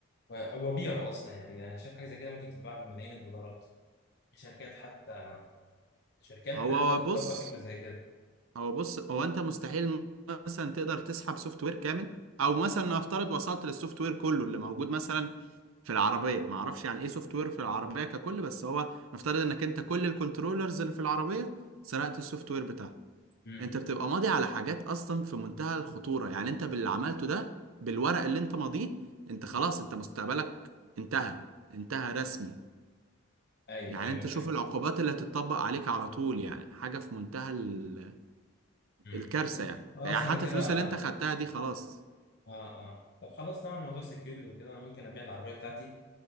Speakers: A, on the left (about 50°); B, on the right (about 85°).
A: و- وابيعه اصلا يعني انا شايف حاجه زي كده ممكن تتباع بملايين الدولارات شركات حتى شركات
B: وهو
A: تقدر تطبق
B: بص
A: فكرة زي كده
B: هو بص هو انت مستحيل مثلا تقدر تسحب سوفت وير كامل او مثلا نفترض وصلت للسوفت وير كله اللي موجود مثلا في العربيه ما اعرفش يعني ايه سوفت وير في العربيه ككل بس هو نفترض انك انت كل الكنترولرز اللي في العربيه سرقت السوفت وير بتاعها
A: امم
B: انت بتبقى ماضي على حاجات اصلا في منتهى الخطوره يعني انت باللي عملته ده بالورق اللي انت ماضيه انت خلاص انت مستقبلك انتهى انتهى رسمي
A: ايوه
B: يعني
A: ايوه
B: انت
A: فهمت
B: شوف العقوبات اللي هتتطبق عليك على طول يعني حاجة في منتهى ال-
A: امم
B: الكارثة
A: طب
B: يعني
A: خلاص
B: يعني
A: انا
B: حتى
A: كده
B: الفلوس اللي انت خدتها دي خلاص
A: اه اه طب خلاص تمام موضوع سكيورتي وكده انا ممكن ابيع العربية بتاعتي